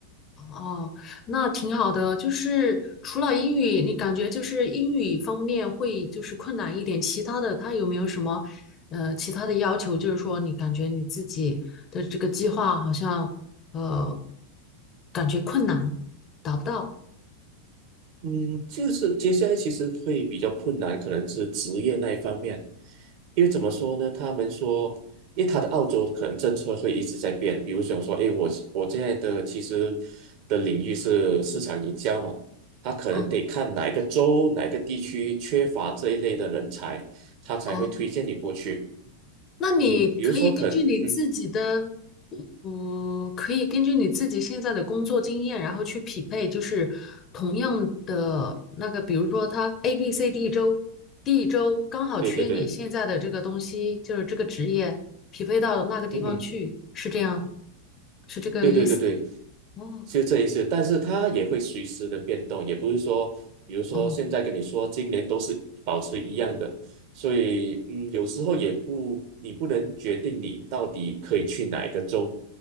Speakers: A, on the left (about 30°); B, on the right (about 45°).
A: 哦，那挺好的。就是除了英语，你感觉就是英语方面会就是困难一点，其他的他有没有什么呃其他的要求？就是说你感觉你自己的这个计划好像呃感觉困难，达不到。
B: 嗯，就是接下来其实会比较困难，可能是职业那一方面，因为怎么说呢？他们说，因为他的澳洲可能政策会一直在变，比如想说，诶，我我现在的其实的领域是市场营销嘛，他可能得看哪一个州、
A: 哦
B: 哪一个地区缺乏这一类的人才，他才会推荐你过去。
A: 哦，那你可以根据你自己的
B: 嗯，比如说可，嗯，
A: 嗯，可以根据你自己现在的工作经验，然后去匹配，就是同样的那个，比如说他 A、B、C、D 周，D 周刚好缺你现在的这个东西，
B: 对对对，
A: 就是这个职业，匹配到那个地方去，
B: 嗯。
A: 是这样，是这个意思。
B: 对对对对，
A: 哦
B: 就这一次，但是它也会随时的变动，也不是说，比如说现在跟你说今年都是保持一样的，
A: 哦
B: 所以嗯，有时候也不，你不能决定你到底可以去哪一个州，